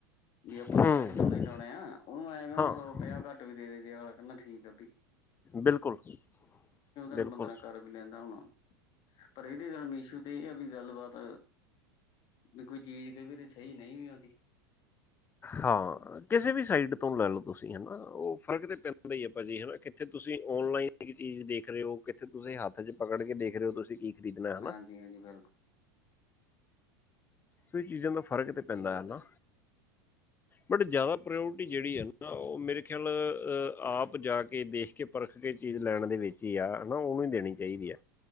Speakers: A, on the left; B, on the left.
A: ਵੀ ਆਪਾਂ
B: ਹੂੰ
A: ਤਾਂ ਪੈਸੇ ਲਾਓਣੇ-ਲਾਓਣੇ ਆ। ਓਨੂੰ ਐ ਹੋ
B: ਹਾਂ
A: ਗਿਆ ਸੌ ਪੰਜਾਹ ਘੱਟ ਵੀ ਦੇ ਦਈ ਦੇ ਆ। ਅਗਲਾ ਕੈਂਦਾ ਠੀਕ ਆ ਬਿ
B: ਬਿਲਕੁਲ-ਬਿਲਕੁਲ।
A: ਨਾਲ ਬੰਦਾ ਨਾਲ ਕਰ ਲੈਂਦਾ ਹੁਣ ਪਰ ਏਦੇ ਜਨ ਮੇਸ਼ੂ ਤੇ ਏ ਆ ਵੀ ਗੱਲਬਾਤ ਵੀ ਕੋਈ ਚੀਜ਼ ਕਈ ਵਾਰੀ ਸਈ ਨਈ ਵੀ ਆਓਂਦੀ।
B: ਹਾਂ ਕਿਸੇ ਵੀ ਸਾਈਟ ਤੋਂ ਲੈ ਲੋ ਤੁਸੀਂ ਹੈਨਾ ਓ ਫ਼ਰਕ ਤੇ ਪੈਂਦਾ ਈ ਏ ਪਾਜੀ ਹੈਨਾ ਕਿੱਥੇ ਤੁਸੀਂ ਔਨਲਾਈਨ ਚੀਜ਼ ਦੇਖ ਰੇ ਓ। ਕਿੱਥੇ ਤੁਸੀਂ ਹੱਥ ਚ ਪਕੜ ਕੇ ਦੇਖ ਰੇ ਓ ਤੁਸੀਂ ਕੀ ਖ਼ਰੀਦਣਾ ਹੈਨਾ।
A: ਹਾਂਜੀ ਹਾਂਜੀ ਬਿਲਕੁਲ
B: ਕਈ ਚੀਜ਼ਾਂ ਦਾ ਫਰਕ ਤੇ ਪੈਂਦਾ
A: ਸਹੀ ਗੱਲ
B: ਹੈਨਾ।
A: ਹੈ ਜੀ
B: ਬਟ ਜ਼ਿਆਦਾ ਪ੍ਰੋਇਓਟੀ ਜੇੜੀ ਐ ਨਾ ਓ ਮੇਰੇ ਖਿਆਲ ਆਪ ਜਾ ਕੇ ਦੇਖਕੇ ਪਰਖ ਕੇ ਚੀਜ਼ ਲੈਣ ਦੇ ਵਿੱਚ ਈ ਆ ਨਾ ਓਵੇਂ ਦੇਣੀ ਚਾਇਦੀ ਐ।